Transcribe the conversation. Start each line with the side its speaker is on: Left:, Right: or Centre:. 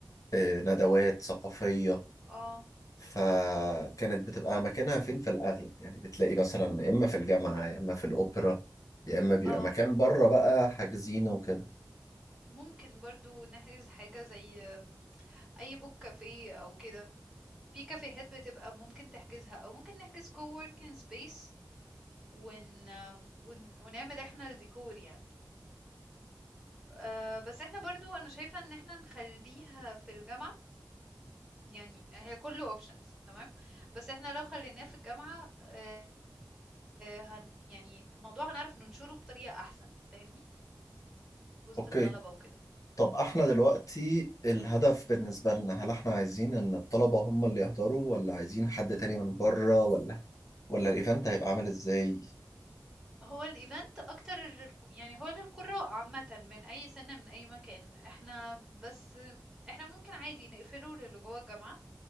Left: آه ندوات ثقافية
Centre: اه
Left: فكانت بتبقى مكانها فين في الأغلب يعني بتلاقي مثلا يا إما في الجامعة يا إما في الأوبرا يا إما بيبقى
Centre: اه
Left: مكان بره بقى حاجزينه وكده
Centre: ممكن برضو نحجز حاجة زي أم، اي بوك كافيه او كده في كافيهات بتبقى ممكن تحجزها او ممكن نحجز كووركينج سبيس ون... أم، ون... ونعمل احنا الديكور يعني أه بس احنا برضو انا شايفة ان احنا نخليها في الجامعة يعني هي كله options تمام بس احنا لو خليناه في الجامعة أه هن- يعني الموضوع هنعرف ننشره بطريقة أحسن فاهمني وسط
Left: أوكي
Centre: الطلبة وكده
Left: طب احنا دلوقتي الهدف بالنسبة لنا هل احنا عايزين ان الطلبة هم اللي يحضروا ولا عايزين حد تاني من بره ولا ولا الايفنت هيبقى عامل ازاي
Centre: هو الإيفنت أكتر لل... يعني هو للقراء عامة من أي سنة من أي مكان احنا بس احنا ممكن عادي نقفله للي جوه الجامعة